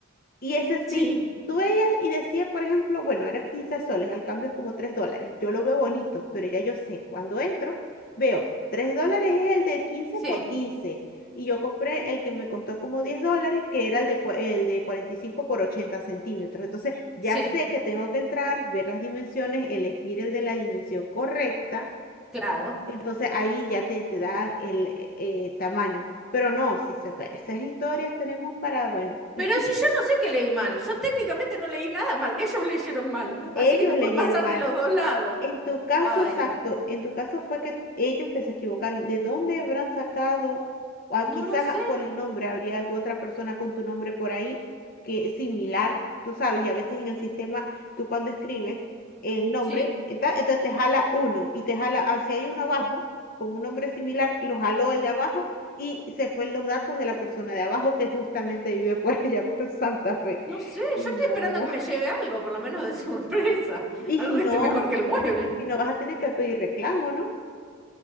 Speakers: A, on the left (about 45°); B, in the centre.
A: Y ese
B: Sí,
A: sí, tú veías y decía, por ejemplo, bueno, eran 15 soles, al cambio es como 3 dólares. Yo lo veo bonito, pero ya yo sé, cuando entro, veo 3 dólares es el de quince
B: sí,
A: por quince Y yo compré el que me costó como 10 dólares, que era el de, cua- el de 45 por 80 centímetros. Entonces, ya
B: sí,
A: sé que tengo que entrar, ver las dimensiones, elegir el de la dimensión correcta.
B: claro.
A: Entonces, ahí ya te, te da el eh, eh, tamaño. Pero no, si se, esas historias tenemos para, bueno.
B: Pero
A: <laughs>
B: si yo no sé que leí mal, yo técnicamente no leí nada mal, ellos leyeron mal,
A: Ellos
B: así que te puede
A: leyeron
B: pasar
A: algo.
B: de los dos lados.
A: En tu caso,
B: Ay,
A: exacto,
B: Dios.
A: en tu caso fue que ellos que se equivocaron, ¿de dónde habrán sacado? O
B: No
A: quizás
B: lo sé.
A: por el nombre, habría alguna otra persona con tu nombre por ahí que es similar, tú sabes, y a veces en el sistema, tú cuando escribes el nombre,
B: Sí,
A: está- entonces te jala uno y te jala, ah, si hay uno abajo con un nombre similar, lo jaló el de abajo y se fue los datos de la persona de abajo que justamente vive por <laughs> allá, por Santa Fe.
B: no sé,
A: Y
B: yo estoy
A: no,
B: esperando a que me lleve algo, por lo menos de <laughs> sorpresa,
A: y
B: algo
A: si
B: que
A: no,
B: esté mejor que el mueble.
A: si no vas a tener que pedir reclamo, ¿no?